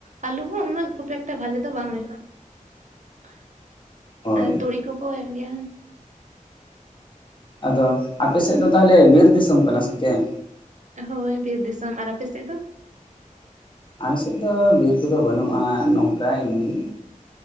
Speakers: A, on the right (about 60°); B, on the left (about 35°).
A: ᱟᱹᱞᱩ ᱦᱚᱸ ᱩᱱᱟᱹᱜ ᱠᱷᱩᱵ ᱮᱠᱴᱟ ᱵᱷᱟᱞᱮ ᱫᱚ ᱵᱟᱝ ᱦᱩᱭᱩᱜᱼᱟ ᱾
B: ᱦᱳᱭ
A: ᱟᱨ ᱛᱩᱲᱤ ᱠᱚᱠᱚ ᱮᱨ ᱜᱮᱭᱟ
B: ᱟᱫᱚ ᱟᱯᱮ ᱥᱮᱫ ᱫᱚ ᱛᱟᱦᱚᱞᱮ ᱵᱤᱨ ᱫᱤᱥᱚᱢ ᱠᱟᱱᱟ ᱥᱮ ᱪᱮᱫ?
A: ᱦᱳᱭ ᱵᱤᱨ ᱫᱤᱥᱚᱢ, ᱟᱨ ᱟᱯᱮ ᱥᱮᱫ ᱫᱚ?
B: ᱟᱞᱮ ᱥᱮᱫ ᱫᱚ ᱵᱤᱨ ᱠᱚᱫᱚ ᱵᱟᱹᱱᱩᱜᱼᱟ ᱱᱚᱝᱠᱟ ᱮᱢᱱᱤᱼᱼ